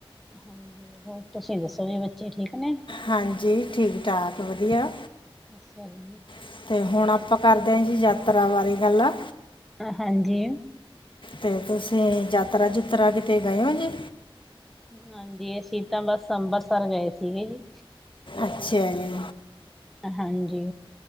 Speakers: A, in the centre; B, on the left.
A: ਹਾਂਜੀ ਹੋਰ ਤੁਸੀਂ ਦੱਸੋ ਜੀ ਠੀਕ ਨੇ
B: ਹਾਂਜੀ। ਠੀਕ ਠਾਕ ਵਧੀਆ।
A: ਅੱਛਾ ਜੀ।
B: ਅਤੇ ਹੁਣ ਆਪਾਂ ਕਰਦੇ ਹਾ ਜੀ ਯਾਤਰਾ ਬਾਰੇ ਗੱਲ ਆ
A: ਹਾਂਜੀ।
B: ਤੇ ਤੁਸੀਂ ਯਾਤਰਾ ਜੂਤਰਾ ਕਿਤੇ ਗਏ ਹੋ ਜੀ
A: ਹਾਂਜੀ। ਅਸੀਂ ਤਾਂ ਬਸ ਅੰਬਰਸਰ ਗਏ ਸੀਗੇ ਜੀ।
B: ਅੱਛਾ ਜੀ।
A: ਹਾਂਜੀ।